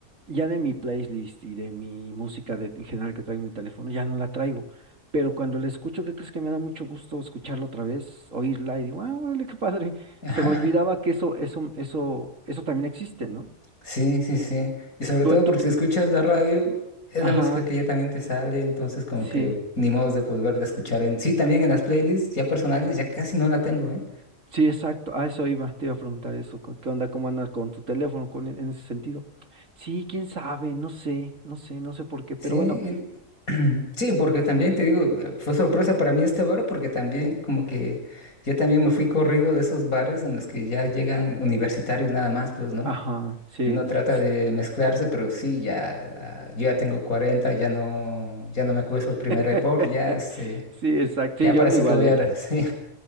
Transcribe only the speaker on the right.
ya de mi playlist y de mi música de, en general que traigo en mi teléfono, ya no la traigo. Pero cuando la escucho, ¿qué crees que me da mucho gusto escucharla otra vez, oírla y digo, ah, órale, qué padre. <laughs>
Se me olvidaba que eso, eso, eso, eso también existe, ¿no?
Tú
en
tu,
ajá,
sí.
Sí, exacto. A eso iba, te iba a preguntar eso. co- ¿Qué onda? ¿Cómo andas con tu teléfono con, en ese sentido? Sí, quién sabe, no sé, no sé, no sé por qué,
pero bueno,
ajá, sí.
Sí,
<laughs>
sí, exacto.
Sí, yo
ando igual,
¿eh?